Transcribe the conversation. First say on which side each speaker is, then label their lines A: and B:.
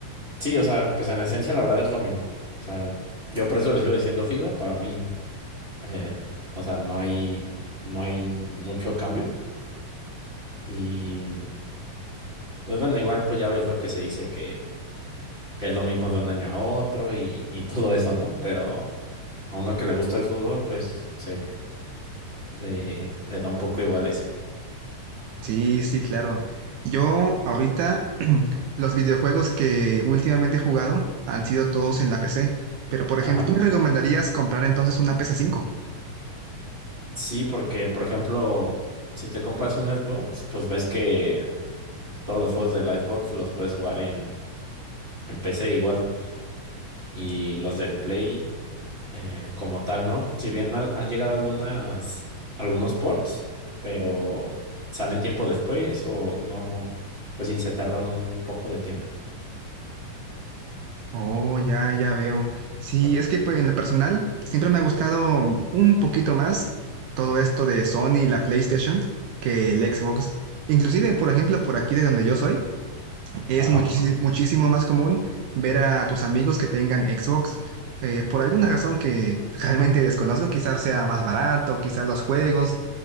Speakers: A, on the right; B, on the right.
A: Sí, o sea, pues en esencia la verdad es lo mismo. O sea, yo por eso le sigo diciendo FIFA, para mí, eh, o sea, no hay, no hay mucho cambio. Y pues bueno, igual pues ya ves lo que se dice que, que es lo mismo de un año a otro y, y todo eso, ¿no? Pero a uno que le gusta el fútbol, pues se le, le da un poco igual eso.
B: Sí, sí, claro. Yo ahorita <clears throat> los videojuegos que últimamente he jugado han sido todos en la PC, pero por ejemplo,
A: Ajá.
B: ¿tú me recomendarías comprar entonces una pc cinco?
A: Sí, porque por ejemplo, si te compras un Xbox, pues ves que todos los juegos de la Xbox los puedes jugar en, en PC igual. y los del Play eh, como tal, ¿no? Si bien al- han llegado algunas, algunos ports, pero salen tiempo después o no, pues sí, se tardan un poco de tiempo.
B: Oh, ya, ya veo. Sí,
A: Ah,
B: es que pues, en lo personal siempre me ha gustado un poquito más todo esto de Sony y la PlayStation que el Xbox. Inclusive, por ejemplo, por aquí de donde yo soy. Es
A: Ajá.
B: muchis- muchísimo más común ver a tus amigos que tengan Xbox. eh, por alguna razón que <laughs> realmente desconozco, quizás sea más barato, quizás los juegos,